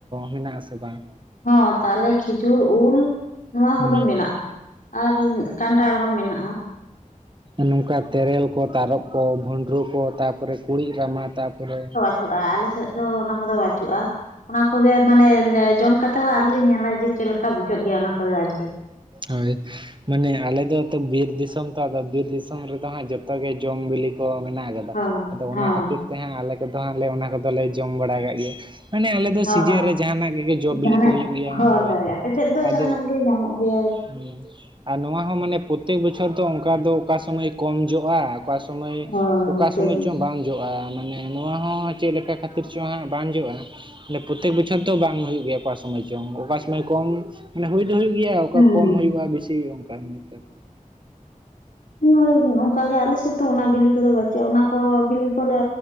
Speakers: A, on the right (about 35°); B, on the left (about 70°).
A: ᱢᱮᱱᱟᱜ ᱟᱥᱮ ᱵᱟᱝ?
B: ᱦᱚᱸ ᱛᱟᱞᱮ ᱠᱷᱤᱡᱩᱨ ᱩᱞ ᱱᱚᱣᱟ
A: ᱦᱩᱸ
B: ᱠᱚᱫᱚ ᱢᱮᱱᱟᱜᱼᱟ᱾ ᱟᱨ ᱠᱟᱱᱴᱷᱟᱲ ᱦᱚᱸ ᱢᱮᱱᱟᱜᱼᱟ᱾
A: ᱱᱚᱝᱠᱟ ᱛᱮᱨᱮᱞ ᱠᱚ ᱛᱟᱨᱚᱚᱵ ᱠᱚ ᱵᱷᱩᱸᱰᱨᱟᱹ ᱠᱚ ᱛᱟᱨᱯᱚᱨᱮ ᱠᱩᱲᱤᱜ ᱨᱟᱢᱟ ᱛᱟᱨᱯᱚᱨᱮ
B: ᱵᱟᱪᱩᱜᱼᱟ ᱟᱞᱮ ᱥᱮᱫ ᱫᱚ ᱚᱱᱟ ᱠᱚᱫᱚ ᱵᱟᱹᱪᱩᱜᱼᱟ ᱚᱱᱟ ᱠᱚᱜᱮ ᱢᱟᱱᱮ ᱡᱚᱢ ᱠᱟᱛᱮ ᱦᱚᱸ ᱟᱣᱨᱤᱞᱮ ᱧᱟᱢ ᱡᱮ ᱪᱮᱫ ᱞᱮᱠᱟ ᱵᱩᱡᱷᱟᱹᱜ ᱜᱮᱭᱟ ᱚᱱᱟ ᱠᱚᱫᱚ ᱟᱨᱠᱤ
A: ᱦᱳᱭ ᱢᱟᱱᱮ ᱟᱞᱮ ᱫᱚ ᱛᱚ ᱵᱤᱨ ᱫᱤᱥᱚᱢ ᱛᱚ ᱟᱫᱚ ᱵᱤᱨ ᱫᱤᱥᱚᱢ ᱨᱮᱫᱚ ᱦᱟᱸᱜ ᱡᱚᱛᱚ ᱜᱮ ᱡᱚᱢ ᱵᱤᱞᱤ ᱠᱚ ᱢᱮᱱᱟᱜ ᱟᱠᱟᱫᱟ᱾
B: ᱦᱚᱸ
A: ᱟᱫᱚ ᱚᱱᱟ
B: ᱦᱮᱸ
A: ᱠᱷᱟᱹᱛᱤᱨ ᱛᱮ ᱦᱟᱸᱜ ᱟᱞᱮ ᱠᱚᱫᱚ ᱦᱟᱜᱞᱮ ᱚᱱᱟ ᱠᱚᱫᱚᱞᱮ ᱡᱚᱢ ᱵᱟᱲᱟ ᱠᱟᱜ ᱜᱮᱭᱟ ᱢᱟᱱᱮ ᱟᱞᱮ ᱫᱚ
B: ᱦᱚᱸ
A: ᱥᱤᱡᱤᱱ
B: ᱦᱚᱸ
A: ᱨᱮ ᱡᱟᱦᱟᱱᱟᱜ ᱜᱮ ᱡᱚ ᱵᱤᱞᱤ
B: ᱡᱟᱦᱟᱱᱟᱜ
A: ᱠᱚ ᱦᱩᱭᱩᱜ ᱜᱮᱭᱟ ᱦᱳᱭ
B: ᱟᱯᱮ ᱥᱮᱫ ᱫᱚ
A: ᱟᱫᱚ
B: ᱡᱟᱦᱟᱱᱟᱜ ᱜᱮ ᱧᱟᱢᱚᱜ ᱜᱮᱭᱟ
A: ᱦ ᱟᱨ ᱱᱚᱣᱟ ᱦᱚᱸ ᱢᱟᱱᱮ ᱯᱨᱚᱛᱮᱠ ᱵᱚᱪᱷᱚᱨ ᱫᱚ ᱚᱱᱠᱟ ᱫᱚ ᱚᱠᱟ ᱥᱩᱚᱢᱟᱹᱭ ᱠᱚᱢ ᱡᱚᱜᱼᱟ ᱚᱠᱟ ᱥᱢᱚᱭ
B: ᱦᱳᱭ
A: ᱚᱠᱟ
B: ᱦᱳᱭ
A: ᱥᱳᱢᱚᱭ ᱪᱚᱝ ᱵᱟᱝ ᱡᱚᱜᱼᱟ ᱢᱟᱱᱮ ᱱᱚᱣᱟ ᱦᱚᱸ ᱪᱮᱫ ᱞᱮᱠᱟ ᱠᱷᱟᱹᱛᱤᱨ ᱪᱚᱦᱟᱜ ᱵᱟᱝ ᱡᱚᱜᱼᱟ ᱢᱟᱱᱮ ᱯᱨᱚᱛᱮᱠ ᱵᱚᱪᱷᱚᱨ ᱫᱚ ᱵᱟᱝ ᱵᱟᱝ ᱦᱩᱭᱩᱜ ᱜᱮᱭᱟ ᱚᱠᱟ ᱥᱚᱢᱚᱭ ᱪᱚᱝ ᱚᱠᱟ ᱥᱚᱢᱚᱭ ᱠᱚᱢ ᱢᱟᱱᱮ ᱦᱩᱭ ᱫᱚ ᱦᱩᱭᱩᱜ ᱦᱩᱭᱩᱜ ᱜᱮᱭᱟ ᱚᱠᱟ
B: ᱦᱮᱸ
A: ᱠᱚᱢ ᱦᱩᱭᱩᱜᱼᱟ ᱵᱤᱥᱤ ᱦᱩᱭᱩᱜᱼᱟ ᱚᱱᱠᱟ ᱵᱮᱯᱟᱨ
B: ᱦᱮ ᱚᱱᱠᱟ ᱜᱮ ᱟᱞᱮ ᱥᱮᱫ ᱛᱚ ᱚᱱᱟ ᱵᱤᱞᱤ ᱠᱚᱫᱚ ᱵᱟᱟᱹᱪᱩᱜᱼᱟ ᱚᱱᱟ ᱠᱚ ᱵᱤᱞᱤ ᱠᱚᱞᱮ